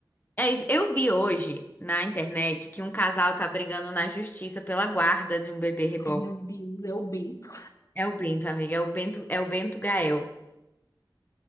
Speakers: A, on the left; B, on the left.
A: É isso. Eu vi hoje na internet que um casal tá brigando na justiça pela guarda de um bebê reborn.
B: Ai, meu Deus, é o Bento.
A: É o Bento, amiga. É o Bento, é o Bento Gael.